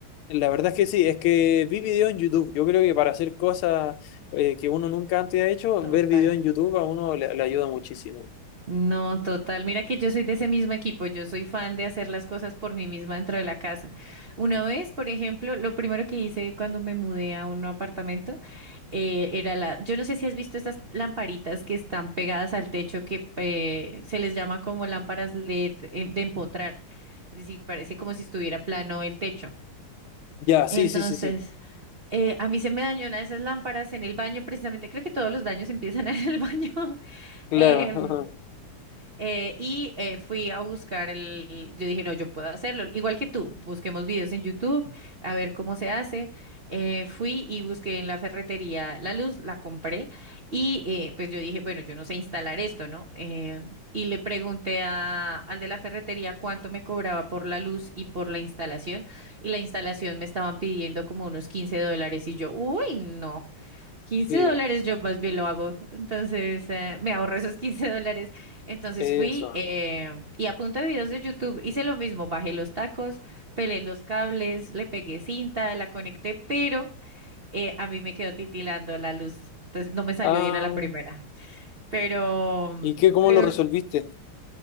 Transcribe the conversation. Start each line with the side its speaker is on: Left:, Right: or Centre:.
Left: La verdad es que sí, es que vi video en YouTube. Yo creo que para hacer cosas eh, que uno nunca antes ha hecho,
Right: Total.
Left: ver video en YouTube a uno le, le ayuda muchísimo.
Right: No, total. Mira que yo soy de ese mismo equipo. Yo soy fan de hacer las cosas por mí misma dentro de la casa. Una vez, por ejemplo, lo primero que hice cuando me mudé a un nuevo apartamento eh, era la. Yo no sé si has visto estas lamparitas que están pegadas al techo que eh, se les llama como lámparas LED eh, de empotrar. Es decir, parece como si estuviera plano el techo.
Left: Ya,
Right: Entonces,
Left: sí, sí, sí, sí.
Right: eh, a mí se me dañó una de esas lámparas en el baño, precisamente. Creo que todos los daños empiezan <laughs> en el baño.
Left: Claro.
Right: Em,
Left: <laughs>
Right: eh, y eh, fui a buscar el, yo dije, no, yo puedo hacerlo, igual que tú, busquemos videos en YouTube, a ver cómo se hace. Eh, fui y busqué en la ferretería la luz, la compré y eh, pues yo dije, bueno, yo no sé instalar esto, ¿no? Eh, y le pregunté a- al de la ferretería cuánto me cobraba por la luz y por la instalación y la instalación me estaban pidiendo como unos 15 dólares y yo, uy, no. Quince
Left: Sí,
Right: dólares yo más bien lo hago. Entonces, eh, me ahorro esos 15 dólares. Entonces
Left: eso.
Right: fui eh, y a punta de videos de YouTube hice lo mismo. Bajé los tacos, pelé los cables, le pegué cinta, la conecté, pero eh, a mí me quedó titilando la luz. Entonces no me salió
Left: Ah,
Right: bien a la primera. Pero,
Left: ¿y qué, cómo
Right: pero
Left: lo resolviste?